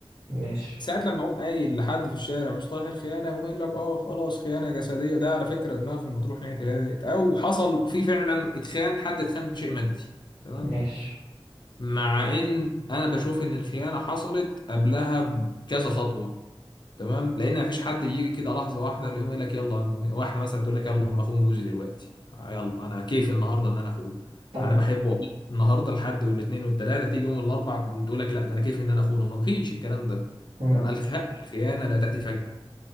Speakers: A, on the right; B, on the left.
A: ماشي
B: ساعة لما اقوم قايل لحد في الشارع مصطلح الخيانة يقوم قايل لك اه خلاص خيانة جسدية ده على فكرة دماغهم بتروح ناحية الهادي ديت أو حصل في فعلا اتخان حد اتخان بشيء مادي تمام
A: ماشي
B: مع إن أنا بشوف إن الخيانة حصلت قبلها بكذا خطوة تمام لان مفيش حد بيجي كده لحظه واحده اللي يقوم يقول لك يلا واحده مثلا تقول لك يلا انا اخون جوزي دلوقتي يلا انا كيف النهارده ان انا اخونه
A: طبعا
B: انا بحبه والله. النهارده الحد والاثنين والثلاثه تيجي يوم الاربع تقول لك لا ده انا كيف ان انا اخونه ما فيش الكلام ده
A: مم.
B: تمام الخ- الخيانه لا تاتي فجاه